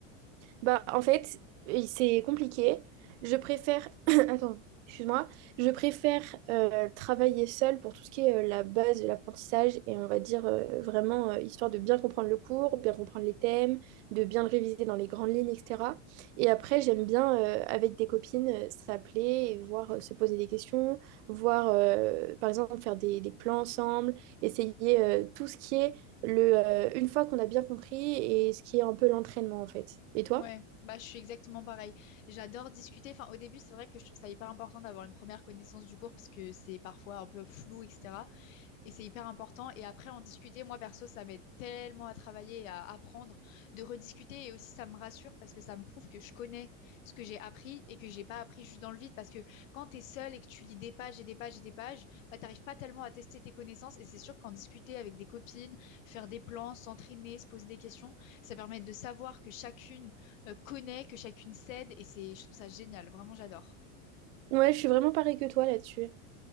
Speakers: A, on the right; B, on the left.
A: Bah, en fait, et c'est compliqué. Je préfère. <coughs> <clears throat> Attends, excuse-moi. Je préfère euh, travailler seule pour tout ce qui est euh, la base de l'apprentissage et on va dire euh, vraiment euh, histoire de bien comprendre le cours, bien comprendre les thèmes, de bien le réviser dans les grandes lignes, etc. Et après, j'aime bien euh, avec des copines euh, s'appeler et voir euh, se poser des questions, voir euh, par exemple faire des, des plans ensemble, essayer euh, tout ce qui est le, euh, une fois qu'on a bien compris et ce qui est un peu l'entraînement en fait. Et toi?
B: Ouais, bah, je suis exactement pareil. J'adore discuter. Enfin, au début, c'est vrai que je trouve ça hyper important d'avoir une première connaissance du cours parce que c'est parfois un peu flou, etc. Et c'est hyper important. Et après, en discuter, moi perso, ça m'aide tellement à travailler et à apprendre, de rediscuter. Et aussi, ça me rassure parce que ça me prouve que je connais ce que j'ai appris et que j'ai pas appris juste dans le vide. Parce que quand tu es seul et que tu lis des pages et des pages et des pages, bah, tu n'arrives pas tellement à tester tes connaissances. Et c'est sûr qu'en discuter avec des copines, faire des plans, s'entraîner, se poser des questions, ça permet de savoir que chacune euh, connaît, que chacune cède. Et c'est, je trouve ça génial. Vraiment, j'adore.
A: Ouais, je suis vraiment pareil que toi là-dessus.